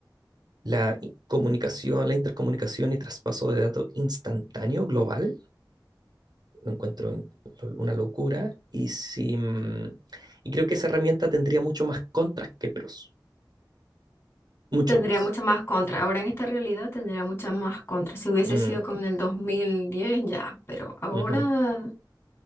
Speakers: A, on the right; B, on the left.
A: La i- comunicación, la intercomunicación y traspaso de datos instantáneo global lo encuentro una locura y, si, mm, y creo que esa herramienta tendría mucho más contras que pros, mucho
B: Tendría
A: más.
B: mucha más contra. Ahora en esta realidad tendría mucha más contra. Si hubiese
A: Mm,
B: sido como en el 2010 ya, pero ahora
A: ujú,